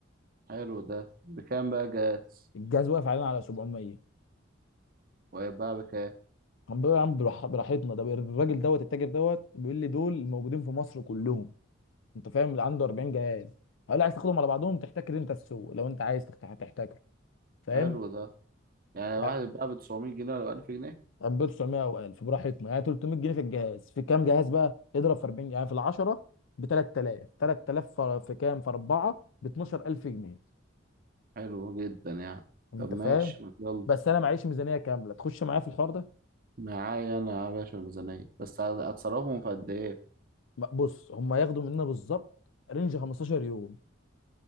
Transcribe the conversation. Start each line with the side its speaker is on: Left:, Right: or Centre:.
Right: حلو ده بكام بقى جاهز
Left: الجهاز واقف علينا على 700
Right: وهيتباع بكام
Left: عم بيقول يا عم براح- براحتنا ده بي- الراجل دوت التاجر دوت بيقول لي دول موجودين في مصر كلهم انت فاهم اللي عنده 40 جهاز هقول له عايز تاخدهم على بعضهم تحتكر انت السوق لو انت عايز تحتكر فاهم
Right: حلو ده يعني
Left: يعني
Right: واحد يتباع ب 900 جنيه ولا ب 1000 جنيه
Left: 1900 او 1000 براحتنا يعني 300 جنيه في الجهاز في كام جهاز بقى اضرب في 40 يعني في ال 10 ب 3000 3000 في في كام في 4 ب 12000 جنيه
Right: حلو جدا يعني
Left: انت
Right: طب ماشي
Left: فاهم
Right: ما يلا
Left: بس انا معيش ميزانيه كامله تخش معايا في الحوار ده
Right: معايا انا يا باشا الميزانية بس هت- هتصرفهم في قد ايه
Left: ما- بص هم ياخدوا مننا بالظبط رينج 15 يوم